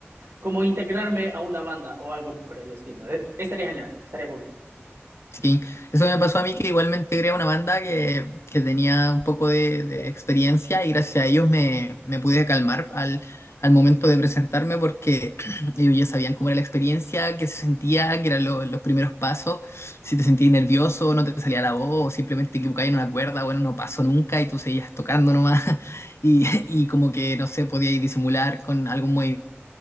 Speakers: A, on the right; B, on the left.
A: como integrarme a una banda o algo por el estilo. Eh, Estaría genial, estaría cool.
B: Sí, eso me pasó a mí que igualmente creé una banda que, que tenía un poco de, de experiencia y gracias a ellos me, me pude calmar al, al momento de presentarme porque <clears throat> ellos ya sabían cómo era la experiencia, qué se sentía, que eran lo- los primeros pasos, si te sentías nervioso, no te salía la voz, o simplemente te equivocabas en una cuerda, bueno, no pasó nunca y tú seguías tocando nomás <laughs> y, y como que, no sé, podías disimular con algún movimiento